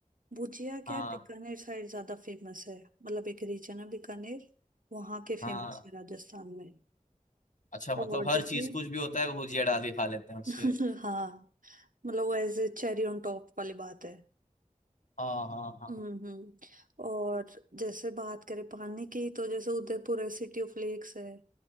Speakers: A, on the right (about 75°); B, on the left (about 65°).
A: भुजिया
B: हाँ
A: क्या है बीकानेर साइड ज्यादा फेमस है मतलब एक रीजन है बीकानेर वहां के
B: हाँ
A: फेमस है राजस्थान में
B: अच्छा मतलब
A: और
B: हर
A: जैसे
B: चीज कुछ भी होता है वो भुजिया डाल के खा लेते हैं उसपे
A: <laughs> हाँ मतलब वो as a cherry on top वाली बात है
B: हाँ हाँ हाँ
A: हम्म हम्म। और जैसे बात करें पानी की तो जैसे उदयपुर है सिटी ऑफ लेक्स है